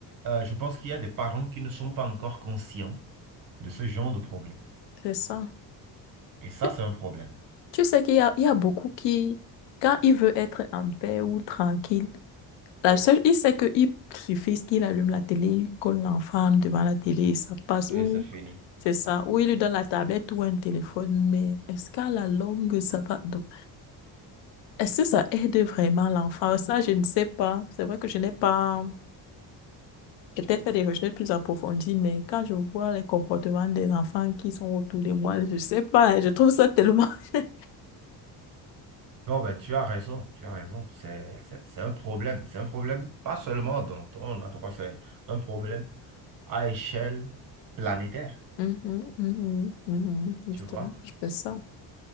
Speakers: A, on the right; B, on the left.
A: euh, je pense qu'il y a des parents qui ne sont pas encore conscients de ce genre de problème.
B: c'est ça.
A: Et ça,
B: Tu,
A: c'est un problème.
B: tu sais qu'il y a, il y a beaucoup qui, quand il veut être en paix ou tranquille, la
A: Oui.
B: seule, il sait qu'il suffit qu'il allume la télé, il colle l'enfant devant la télé, ça passe. Ou
A: Et c'est fini.
B: c'est ça. Ou il lui donne la tablette ou un téléphone, mais est-ce qu'à la longue, ça va? Donc, Est-ce que ça aide vraiment l'enfant? Ça, je ne sais pas. C'est vrai que je n'ai pas peut-être fait des recherches plus approfondies, mais quand je vois les comportements des enfants qui sont autour de moi, je ne sais pas. Je trouve ça tellement... <laughs>
A: Non, ben, tu as raison, tu as raison. C'est, c'est, c'est un problème. C'est un problème, pas seulement dans ton endroit, c'est un problème à échelle planétaire,
B: Mhm, mhm, mhm, justement,
A: tu vois.
B: je fais ça.